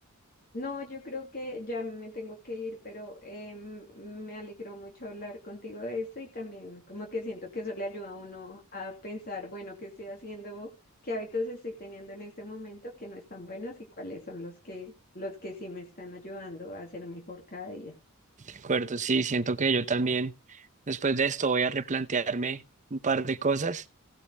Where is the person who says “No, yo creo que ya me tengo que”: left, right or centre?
Left